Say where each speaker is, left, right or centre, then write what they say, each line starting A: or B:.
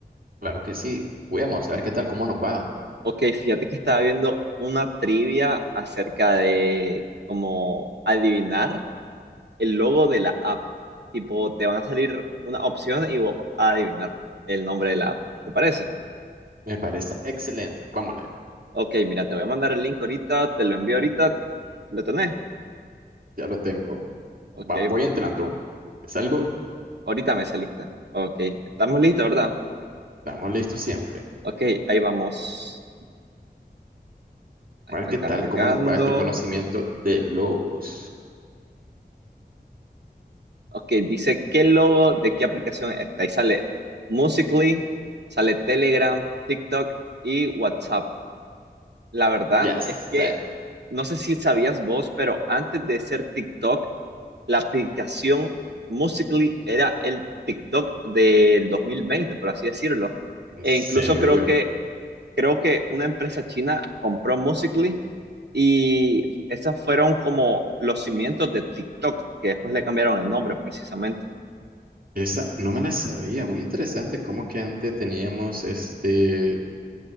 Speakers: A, on the right (about 55°); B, on the right (about 80°).
A: Claro que sí. Vamos a ver qué tal, cómo nos va.
B: Ok, fíjate que estaba viendo una trivia acerca de cómo adivinar el logo de la app. Tipo, te van a salir una opción y vos vas a adivinar el nombre de la app. ¿Te parece?
A: Me parece excelente. Vámonos,
B: Ok, mira, te voy a mandar el link ahorita, te lo envío ahorita, ¿lo tenés?
A: ya lo tengo.
B: Ok,
A: Va, voy entrando. Es algo,
B: ahorita me saliste. Ok, estamos listos, ¿verdad?
A: estamos listos siempre.
B: Ok, ahí vamos. Ahí
A: A
B: está
A: ver qué
B: cargando.
A: tal, cómo nos va este conocimiento de logos.
B: Ok, dice, ¿qué logo de qué aplicación es esta? Y sale Musical.ly, sale Telegram, TikTok y WhatsApp. La verdad
A: Ya sé,
B: es que no sé si sabías vos, pero antes de ser TikTok, la aplicación Musical.ly era el TikTok del 2020, por así decirlo.
A: en
B: E
A: serio,
B: incluso creo
A: yo
B: que, creo que una empresa china compró Musical.ly Y esos fueron como los cimientos de TikTok, que después le cambiaron el nombre precisamente.
A: Esa no me la sabía. Muy interesante cómo que antes teníamos este